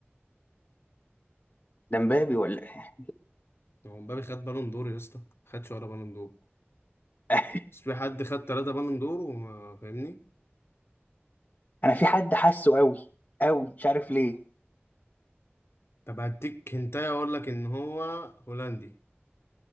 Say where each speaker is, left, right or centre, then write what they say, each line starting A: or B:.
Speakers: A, on the left; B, on the left.
A: <laughs> ده مبابي ولا إيه؟
B: هو مبابي خد بالون دور يا اسطى خدش ولا بالون دور
A: <laughs>
B: بس في حد خد ثلاثة بالون دور وما فاهمني
A: انا في حد حاسه قوي قوي مش عارف ليه
B: طب هديك هنتايه أقول لك إن هو هولندي